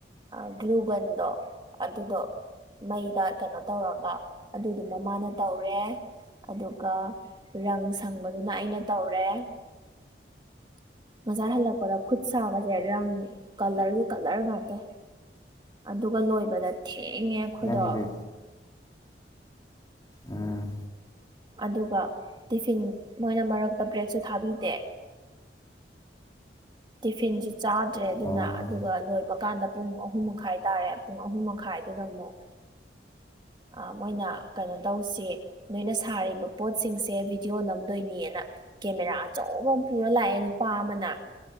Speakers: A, on the right; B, on the left.
A: ꯑ ꯒ꯭ꯂꯨꯒꯟꯗꯣ ꯑꯟ ꯑꯗꯨꯗꯣ ꯃꯩꯗ ꯀꯩꯅꯣ ꯇꯧꯔꯒ ꯑꯗꯨꯗꯨꯅ ꯃꯥꯅ ꯇꯧꯔꯦ ꯑꯗꯨꯒ ꯔꯪ ꯁꯪꯕꯗꯨꯅ ꯑꯩꯅ ꯇꯧꯔꯦ ꯕꯖꯥꯔ ꯍꯜꯂꯛꯄꯗ ꯈꯨꯠ ꯁꯥꯒꯁꯦ ꯔꯪ ꯀꯂꯔꯒꯤ ꯀꯂꯔ ꯉꯥꯛꯇ ꯑꯗꯨꯒ ꯂꯣꯏꯕꯗ ꯊꯦꯡꯉꯦ ꯑꯩꯈꯣꯏꯗꯣ
B: ꯅꯪꯗꯤ ꯎꯝ
A: ꯑꯗꯨꯒ ꯇꯤꯐꯤꯟ ꯃꯣꯏꯅ ꯃꯔꯛꯇ ꯕ꯭ꯔꯦꯛꯁꯨ ꯊꯥꯕꯤꯗꯦ ꯇꯤꯐꯤꯟꯁꯨ ꯆꯥꯗ꯭ꯔꯦ ꯑꯗꯨꯅ
B: ꯑꯣ
A: ꯑꯗꯨꯒ ꯂꯣꯏꯕ ꯀꯥꯟꯗ ꯄꯨꯡ ꯑꯍꯨꯝ ꯃꯈꯥꯏ ꯇꯥꯔꯦ ꯄꯨꯡ ꯑꯍꯨꯝ ꯃꯈꯥꯏ ꯗꯨꯗ ꯑꯃꯨꯛ ꯑ ꯃꯣꯏꯅ ꯀꯩꯅꯣ ꯇꯧꯁꯦ ꯅꯣꯏꯅ ꯁꯥꯔꯤꯕ ꯄꯣꯠꯁꯤꯡꯁꯦ ꯚꯤꯗꯤꯑꯣ ꯅꯝꯗꯣꯏꯅꯦꯅ ꯀꯦꯃꯦꯔꯥ ꯑꯆꯧꯕ ꯑꯃ ꯄꯨꯔ ꯂꯥꯛꯑꯦ ꯅꯨꯄꯥ ꯑꯃꯅ